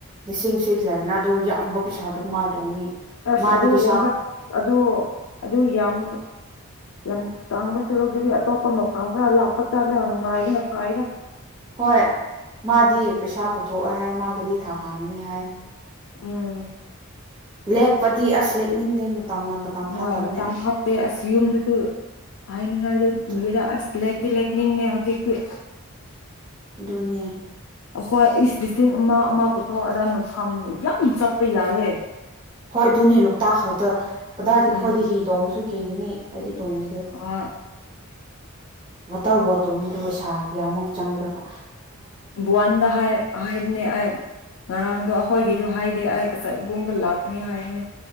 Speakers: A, on the right (about 20°); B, on the left (about 70°).
A: ꯂꯤꯁꯤꯡ ꯁꯤꯁꯤ ꯂꯩꯔꯅ ꯑ ꯌꯥꯝꯕ ꯄꯩꯁꯥꯗꯨ ꯀꯃꯥꯏꯅ ꯇꯧꯅꯤ
B: ꯑꯁ
A: ꯃꯥꯗꯤ
B: ꯑꯗꯨ
A: ꯄꯩꯁꯥ
B: ꯑꯣꯕ ꯑꯗꯨ ꯑꯗꯨ ꯌꯥꯝ ꯌꯥꯝ ꯆꯥꯡꯕ ꯁꯔꯨꯛꯒꯤꯗꯤ ꯑꯇꯣꯞꯄ ꯃꯐꯝ ꯈꯔ ꯂꯄ ꯄ ꯆꯥ ꯂꯦꯅꯅꯨꯡꯉꯕꯤꯅ ꯐꯥꯗ
A: ꯍꯣꯏ ꯃꯥꯗꯤ ꯄꯩꯁꯥ ꯄꯨꯊꯣꯛꯑꯣꯦ ꯍꯥꯏ ꯃꯥꯒꯤꯗꯤ ꯊꯥꯎ ꯍꯥꯡꯒꯅꯤ ꯍꯥꯏ
B: ꯎꯝ
A: ꯂꯦꯛꯄꯗꯤ ꯑꯁ ꯂꯦꯛꯅꯤꯡꯗꯦ ꯃꯇꯝꯅ ꯃꯇꯝ ꯐꯠꯇꯕꯅꯦ
B: ꯍꯣꯏ ꯃꯇꯝ ꯐꯠꯇꯦ ꯑꯁ ꯌꯨꯝꯗꯁꯨ ꯍꯥꯏꯅꯤꯡꯉꯥꯏꯗ
A: ꯑꯗꯨ
B: ꯀꯗ ꯑꯁ ꯂꯩꯛꯇꯤ ꯂꯦꯛꯅꯤꯡꯉ ꯍꯧꯖꯤꯛꯇꯤ
A: ꯑꯗꯨꯣꯅꯦ
B: ꯑꯩꯈꯣꯏ ꯏꯁ ꯂꯤꯁꯤꯡ ꯑꯃ ꯑꯃ ꯄꯨꯊꯣꯛꯑꯔ ꯃ ꯐꯥꯝ ꯌꯥꯝ ꯆꯠꯄ ꯌꯥꯏꯑꯦ
A: ꯍꯣꯏ ꯑꯗꯨꯅꯦ ꯂꯣꯛꯇꯥꯛ ꯈꯛꯇ ꯀꯗꯥꯏꯗꯒꯤ ꯑꯩꯈꯣꯏꯗꯤ
B: ꯎꯝ
A: ꯍꯤ ꯇꯣꯡꯕꯁꯨ ꯀꯤꯒꯅꯤ ꯍꯥꯏꯗꯤ ꯇꯜꯂꯦ
B: ꯑ
A: ꯋꯥꯇꯔ ꯕꯣꯇꯣꯗꯨ ꯄꯩꯁꯥꯒꯤꯃꯨꯛ ꯆꯪꯈ꯭ꯔꯒ
B: ꯕꯋꯥꯟꯗ ꯍꯥꯏ ꯍꯥꯏꯕꯅꯦ ꯑꯩ ꯉꯔꯥꯡꯗꯣ ꯑꯩꯈꯣꯏꯒꯤꯗꯨ ꯍꯥꯏ ꯗꯤ ꯑꯩꯁ ꯏꯕꯨꯡꯗ ꯂꯥꯛꯀꯅꯤ ꯍꯥꯏꯕꯅꯦ